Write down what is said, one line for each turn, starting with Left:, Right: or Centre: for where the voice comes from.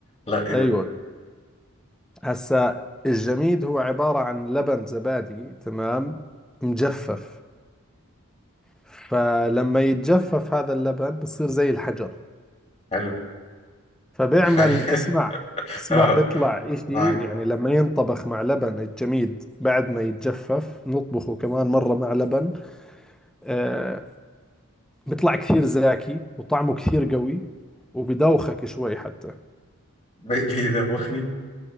Left: لا ايه ده
Centre: ايوه هسا الجميد هو عبارة عن لبن زبادي تمام مجفف فلما يتجفف هذا اللبن بصير زي الحجر
Left: حلو
Centre: فبيعمل
Left: <laughs>
Centre: اسمع اسمع
Left: اه
Centre: بيطلع اشي
Left: معاك
Centre: يعني لما ينطبخ مع لبن الجميد بعد ما يتجفف نطبخه كمان مرة مع لبن آه بيطلع كثير زاكي وطعمه كثير قوي وبدوخك شوي حتى
Left: بي- بيدوخني